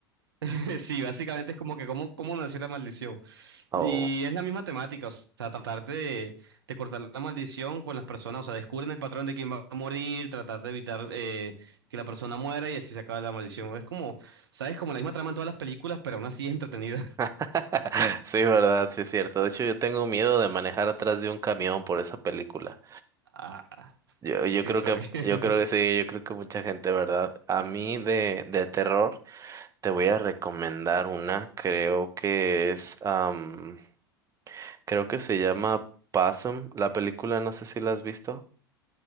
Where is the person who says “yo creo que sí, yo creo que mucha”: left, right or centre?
Right